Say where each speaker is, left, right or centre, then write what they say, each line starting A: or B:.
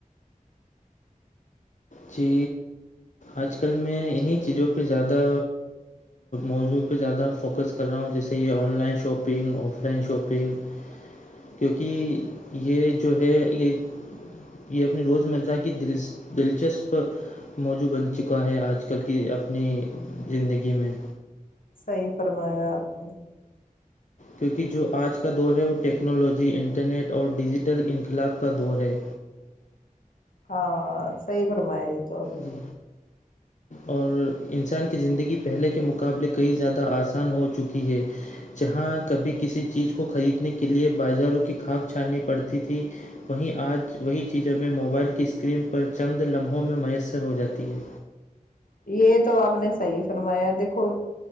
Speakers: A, on the left; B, on the left.
A: جی آج کل میں انہیں چیزوں پہ زیادہ موضوع پہ زیادہ فوکس کر رہا ہوں جیسے کہ online shopping offline shopping
B: ںو
A: کیونکہ یہ جو ہے یہ یہ اپنی روزمرہ کی دل دلچسپ موجوع بن چکا ہے آج کل کی اپنی زندگی میں
B: صحیح فرمایاپ
A: کیونکہ جو آج کا دور ہے وہ ٹیکنالوجی انٹرنیٹ اور ڈیجیٹل انقلاب کا دور ہے
B: ہاں صحیح فرمایا جی تو اب
A: جی اور انسان کی زندگی پہلے کے مقابلے کئی زیادہ آسان ہو چکی ہے جہاں کبھی کسی چیز کو خریدنے کے لیے بازاروں کی کھاناک چھاننی پڑتی تھی وہیں آج وہی چیزیںیں موبائل کی اسکرین پر چند لمحوں میں میسر ہو جاتی ہے
B: یہ تو آپ نے صحی فرمایا دیکھو